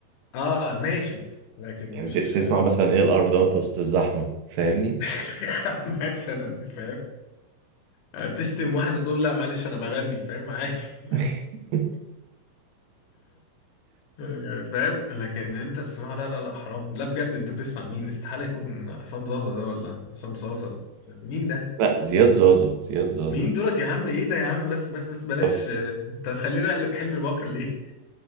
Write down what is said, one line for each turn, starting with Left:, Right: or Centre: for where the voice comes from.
Left: آه، ماشي لكن
Right: يعني
Left: مش
Right: ت- تسمع مثلا ايه القرف ده وانت وسط الزحمه فاهمني
Left: <laughs> مثلا فاهم آه، تشتم واحد وتقول لا معلش انا بغني فاهم عادي <laughs>
Right: <laughs>
Left: يعني فاهم لكن انت تسمعه لا لا لا حرام لا بجد انت بتسمع مين استحاله يكون حسام زازا ده ولا حسام صاصه ده مين ده
Right: لا زياد زازا زياد زازا
Left: مين دولت يا عم ايه ده يا عم بس بس بس بلاش
Right: طب
Left: آه، انت هتخليني اقلب حلمي بكر ليه